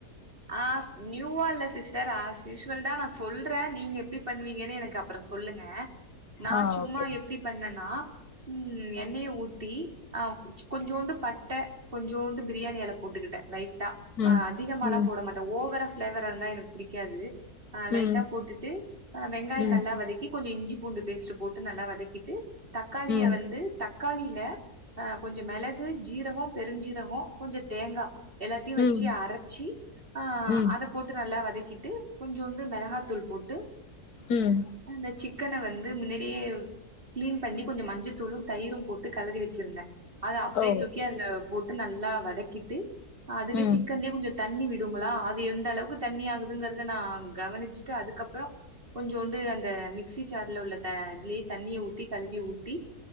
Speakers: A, on the right (about 35°); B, on the left (about 75°).
A: அ ஆ நியூவா இல்ல சிஸ்டர் அஸ் யூஷ்வல் தா நா சொல்ற நீங்க எப்டி பண்ணுவீங்கன்னு எனக்கு அப்புறோ சொல்லுங்க நா
B: ஆ
A: சும்மா
B: ஓகே.
A: எப்டி பண்ணன்னா ம் எண்ணெயை ஊத்தி ஆ கொஞ்சோண்டு பட்ட கொஞ்சோண்டு பிரியாணி எல போட்டுக்கிட்ட லைட்டா
B: ம்.
A: ஆ அதிகமாலா
B: ம்.
A: போட மாட்ட ஓவரா ஃப்ளேவரா இருந்தா எனக்கு புடிக்காது ஆ லைட்டா
B: ம்.
A: போட்டுட்டு் வெங்காயோ
B: ம்.
A: நல்லா வதக்கி கொஞ்சோ இஞ்சி பூண்டு பேஸ்ட்டு போட்டு நல்லா வதக்கிட்டு தக்காளிய
B: ம்.
A: வந்து தக்காளில அ கொஞ்சோ மெளகு ஜீரகோ பெருஞ்சீரகோ கொஞ்சோ தேங்கா எல்லாத்தையு வச்சி
B: ம்.
A: அரச்சி ஆ
B: ம்.
A: அத போட்டு நல்லா வதக்கிட்டு கொஞ்சோண்டு மிளகாத்தூள் போட்டு
B: ம்.
A: அந்த சிக்கன வந் து மின்னாடியே க்ளீன் பண்ணி கொஞ்சம் மஞ்சத்தூளும் தயிரும் போட்டு கலரி வச்சிருந்த அத அப்படியே
B: ஓ!
A: தூக்கி அதுல போட்டு நல்லா வதக்கிட்டு அதுவே
B: ம்.
A: சிக்கன்லயே கொஞ்சோ தண்ணி விடுங்களா அது எந்த அளவுக்கு தண்ணி ஆகுதுங்கறத நா கவனிச்சிட்டு அதுக்கப்றோ கொஞ்சோண்டு அந்த மிக்சி ஜார்ல உள்ள த இதுலயே தண்ணிய ஊத்தி கழுவி ஊத்தி